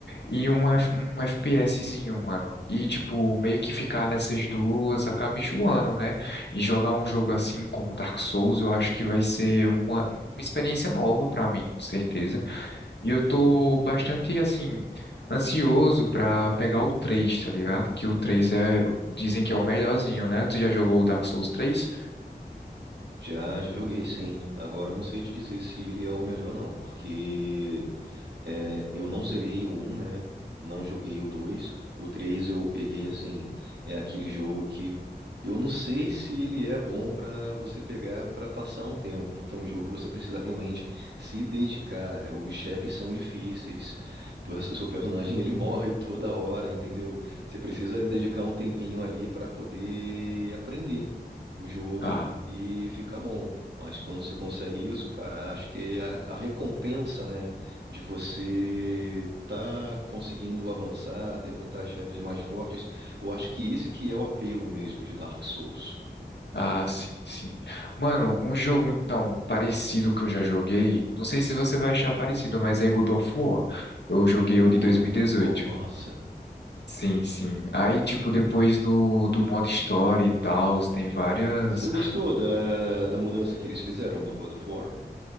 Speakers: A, on the left; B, on the right.
A: e um, F- um FPSzinho, mano. E tipo, meio que ficar nessas duas acaba enjoando, né? E jogar um jogo assim como Dark Souls, eu acho que vai ser uma, uma experiência nova pra mim, com certeza. E eu tô bastante assim ansioso pra pegar o 3, tá ligado? Que o 3 é, dizem que é o melhorzinho, né? Tu já jogou o Dark Souls três?
B: Já, já joguei sim. Agora não sei te dizer se ele é o melhor não, porque É, eu não zerei o um né? Não joguei o dois O 3 eu peguei assim, é aquele jogo que eu não sei se ele é bom pra você pegar pra passar um tempo, porque é um jogo que você precisa realmente se dedicar. É, Os chefes são difíceis. pois O seu personagem <laughs> ele morre toda hora, entendeu? Você precisa dedicar
A: Sim.
B: um tempinho ali pra poder aprender o jogo
A: Ah,
B: e ficar bom. Mas quando você consegue isso, cara, acho que é a, a recompensa, né? de você tá conseguindo avançar, derrotar chefes mais fortes. Eu acho que esse que é o apelo mesmo de Dark Souls.
A: ah, sim, sim. Mano, um jogo então parecido que eu já joguei, não sei se você vai achar parecido, mas é God of War. Eu joguei o
B: Porra,
A: de 2018.
B: muito bom, nossa.
A: Sim, sim. Aí, tipo, depois do, do modo história e tal, tem várias.
B: Você gostou da, da mudança que eles fizeram no God of War?